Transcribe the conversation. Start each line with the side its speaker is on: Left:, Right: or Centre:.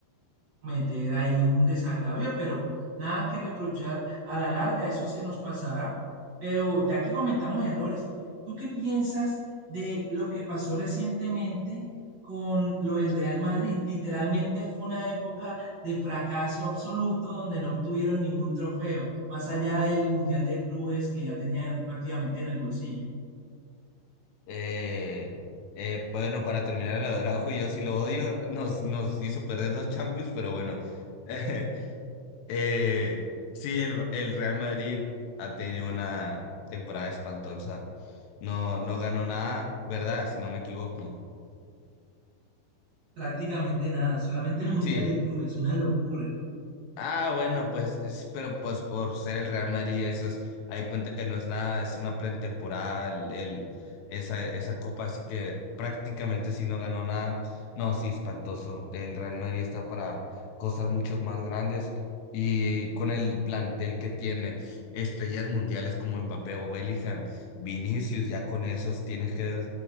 Right: cometer ahí un desagravio, pero nada que reprochar a la larga, eso se nos pasará. Pero ya que comentamos errores, ¿tú qué piensas de lo que pasó recientemente con lo del Real Madrid? Literalmente fue una época de fracaso absoluto donde no obtuvieron ningún trofeo, más allá del Mundial de Clubes que ya tenían prácticamente en el bolsillo.
Left: Eh, eh, bueno, para terminar el de Araujo, yo sí lo odio, nos, nos hizo perder dos Champions, pero bueno. <laughs> Eh, eh, sí, el, el Real Madrid ha tenido una temporada espantosa. No, no ganó nada, ¿verdad? Si no me equivoco.
Right: Prácticamente nada, solamente el Mundial
Left: Sí,
Right: de Clubes, una locura.
Left: Ah, bueno, pues, es- pero pues por ser el Real Madrid, eso es, hay cuenta que no es nada, es una pretemporada, el, el- esa, esa copa, así que prácticamente si no ganó nada, no, sí, espantoso. El Real Madrid está para cosas mucho más grandes y, con el plantel que tiene, estrellas mundiales como Mbappé o Bellingham, Vinicius, ya con esos tienes que,